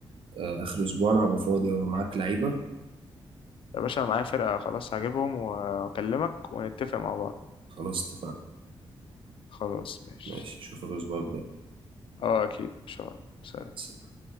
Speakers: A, on the right; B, on the left.
A: آه، آخر أسبوع أنا هبقى فاضي ومعاك لعيبة
B: يا باشا أنا معايا فرقة خلاص هجيبهم وأكلمك ونتفق مع بعض
A: خلاص اتفقنا
B: خلاص ماشي
A: ماشي أشوفك الأسبوع
B: اه أكيد إن شاء الله سلام.
A: الجاي